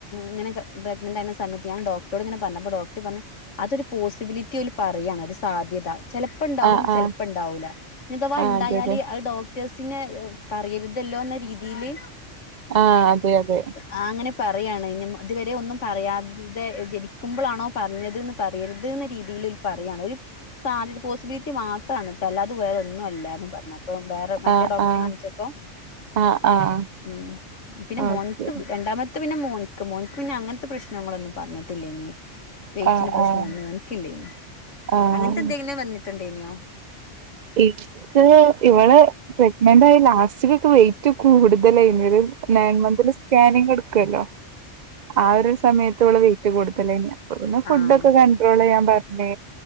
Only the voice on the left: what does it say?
ഇങ്ങനെ പ്രഗ്നന്റ് ആയ സമയത്ത് ഞാൻ ഡോക്ട റോട് ഇങ്ങനെ പറഞ്ഞ് ഡോക്ടർ പറഞ്ഞ് അതൊരു പോസിബിലിറ്റി ഓല് പറയാണ് ഒരു സാധ്യത. ചെലപ്പുണ്ടാവുംചെലപ്പോണ്ടാവൂല
ഇനി അഥവാ
ഉണ്ടായല്
അത് ഡോക്ട ടേഴ്സിനെ പറയരുതല്ലോ എന്ന രീതിയില്.
ആഹ് അങ്ങനെ പറയാണ് ഇതുവരെ ഒന്നും പറയാതെ ജനിക്കുമ്പോളാണോ പറഞ്ഞത് എന്ന് പറയരുത് എന്ന രീതിയിൽ ഓല് പറയാണ് ഒരു സാധ്യത. പോസിബിലിറ്റി മാത്രമാണ് ട്ടോ അല്ലാതെ വേറെ ഒന്നും അല്ല എന്ന് പറഞ്ഞ് അപ്പൊ വേറെ മറ്റേ
ഡോക്ടറെ
കാണിച്ചപ്പോ.
ഉം പിന്നെ
മോൻക്ക് രണ്ടാമത്തെ പിന്നെ മോന്ക്ക് മോന്ക്ക് പിന്നെ അങ്ങത്തെ പ്രശ്ന ങ്ങളൊന്നും പറഞ്ഞിട്ടില്ലേയ്നി വെയിറ്റിന്റെ
പ്രശ്നം
ഒന്നും. യില്ലയ്നി
അങ്ങനത്തെ എന്തെങ്കിലും വന്നിട്ട് ഉണ്ടേയ്നിയോ?
ആഹ്